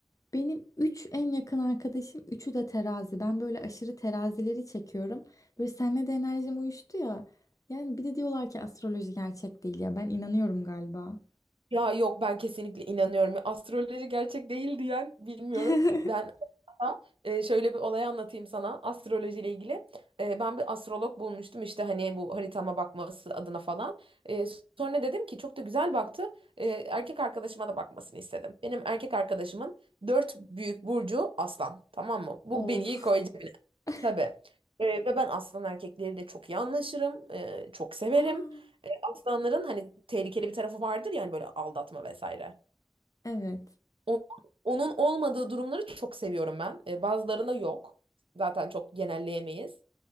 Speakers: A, on the left; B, on the right.
A: benim 3 en yakın arkadaşım üçü de terazi. Ben böyle aşırı terazileri çekiyorum. Böyle seninle de enerjim uyuştu ya. Yani bir de diyorlar ki astroloji gerçek değil ya. Ben inanıyorum galiba.
B: Ya yok ben kesinlikle inanıyorum. Astroloji gerçek değil diyen bilmiyorum.
A: <laughs>
B: Ben hatta, e, şöyle bir olay anlatayım sana astrolojiyle ilgili. E, ben bir astrolog bulmuştum işte hani bu haritama bakması adına falan. E, sonra dedim ki çok da güzel baktı. E, erkek arkadaşıma da bakmasını istedim. Benim erkek arkadaşımın dört büyük burcu aslan. Tamam mı? Bu
A: Of.
B: bilgiyi koyacağım.
A: <laughs>
B: Tabii. Ee, ve ben aslan erkekleri de çok iyi anlaşırım. Ee, çok severim.
A: Aa,
B: Ee, aslanların hani tehlikeli bir tarafı vardır yani böyle aldatma vesaire.
A: evet.
B: O- Onun, olmadığı durumları çok seviyorum ben. Ee, bazılarında yok. Zaten çok genelleyemeyiz.